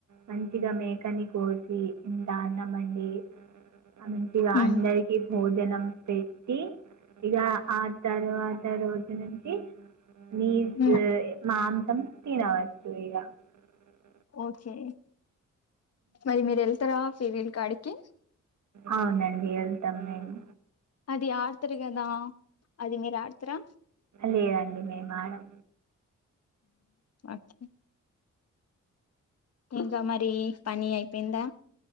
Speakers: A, on the right; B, on the left.
A: మంచిగా మేకని కోసీ ఇంతా అన్నం వండీ. మంచిగా
B: మ్మ్
A: అందరికి భోజనం పెట్టి. ఇగా ఆ తరువాత రోజు నుంచి నీస
B: మ్మ్
A: మాంసం తినవచ్చు ఇగ. అ
B: ఓకే మరి మీరు ఎళ్తరా ఫీవీల్ కాడికి.
A: అవునండి ఎళ్తం మేము.
B: అది ఆడతరు కదా, అది మీరు ఆడుతరా.
A: లేదండి మేము ఆడం.
B: అచ్చ. ఇంకా మరీ పని అయిపోయిందా.